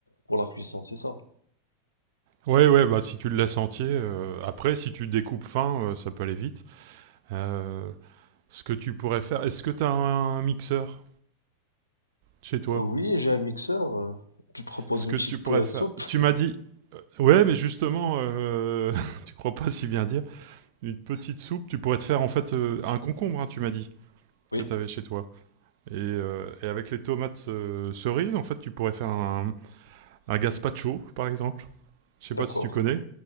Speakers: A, on the left; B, on the right.
A: pour la cuisson, c'est ça.
B: Ouais, ouais, bah, si tu le laisses entier. euh, Après, si tu découpes fin, euh, ça peut aller vite. Euh, ce que tu pourrais faire. Est-ce que t'as un mixeur chez toi
A: Euh, Oui, j'ai un mixeur. euh, Tu proposes
B: Ce
A: une
B: que
A: petite
B: tu pourrais
A: euh,
B: faire.
A: soupe?
B: Tu m'as dit. Ouais, mais justement, euh, <laughs> tu crois pas si bien dire. Une petite soupe, tu pourrais te faire en fait euh, un concombre, hein, tu m'as dit,
A: Oui,
B: que tu avais chez toi. Et, euh, et avec les tomates euh, cerises, en fait, tu pourrais faire un, un gazpacho, par exemple. Je sais
A: d'accord.
B: pas si tu connais.